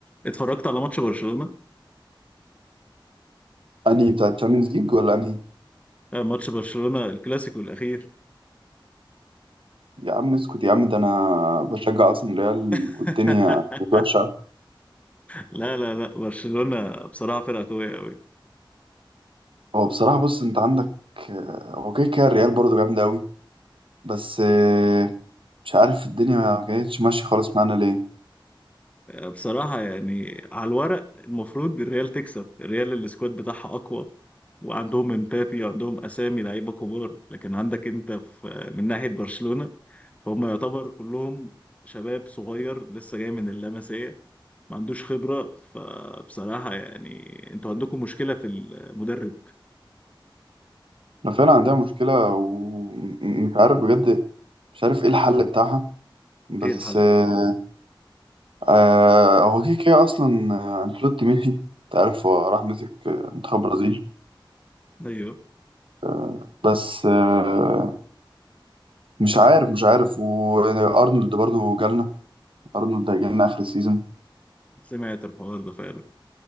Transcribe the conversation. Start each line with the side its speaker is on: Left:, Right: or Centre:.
Left: اتفرجت على ماتش برشلونة
Right: انهي بتاع تشامبيونز ليج ولا انهي
Left: آه، ماتش برشلونة الكلاسيكو الأخير
Right: يا عم اسكت يا عم ده انا بشجع اصلا ريال
Left: <laughs>
Right: والدنيا كانت وحشه
Left: لا لا لا برشلونة بصراحة فرقة قوية قوي
Right: هو بصراحه بص انت عندك آه، هو كده كده الريال برضه جامده قوي بس آه، مش عارف الدنيا ما كانتش ماشيه خالص معانا ليه
Left: آه، بصراحة يعني على الورق المفروض الريال تكسب الريال السكواد بتاعها أقوى وعندهم امبابي وعندهم أسامي لعيبة كبار لكن عندك أنت في من ناحية برشلونة فهم يعتبر كلهم شباب صغير لسه جاي من اللمسية ما عندوش خبرة فبصراحة يعني انتوا عندكم مشكلة في المدرب
Right: احنا فعلا عندنا مشكله ومش عارف بجد مش عارف ايه الحل بتاعها بس
Left: ايه الحل
Right: آه،
Left: بتاعه؟
Right: آه، هو كده كده اصلا آه، انشيلوتي مشي انت عارف هو راح مسك آه، منتخب برازيل
Left: ايوه
Right: آه، بس آه، مش عارف مش عارف وارنولد برضو جالنا ارنولد جالنا اخر السيزون
Left: سمعت الحوار ده فعلا